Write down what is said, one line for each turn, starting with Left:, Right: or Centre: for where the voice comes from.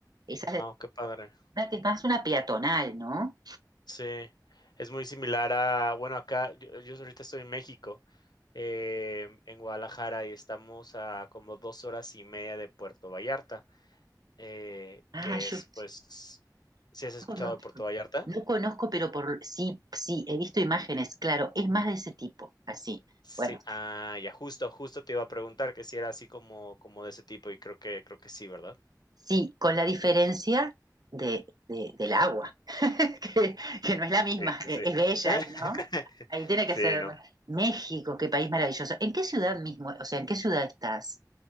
Right: Esa es la
Left: qué padre.
Right: arena que es más una peatonal, ¿no?
Left: Sí, es muy similar a, bueno, acá yo, yo ahorita estoy en México, eh, en Guadalajara, y estamos a como dos horas y media de Puerto Vallarta, eh,
Right: Ah,
Left: que
Right: yo,
Left: es,
Right: yo
Left: pues, si has escuchado
Right: no conozco,
Left: de Puerto Vallarta?
Right: no conozco, pero por sí, sí, he visto imágenes, claro, es más de ese tipo, así.
Left: Sí,
Right: Bueno.
Left: ah, ya, justo, justo te iba a preguntar que si era así como, como de ese tipo, y creo que, creo que sí, ¿verdad?
Right: Sí, con la diferencia de, de- del agua, <laughs> que, que no es la misma,
Left: Sí,
Right: que
Left: sí, sí.
Right: es bella
Left: <laughs>
Right: ahí, ¿no? Ahí tiene que
Left: Sí,
Right: ser
Left: no.
Right: México, qué país maravilloso. ¿En qué ciudad mismo? O sea, ¿en qué ciudad estás?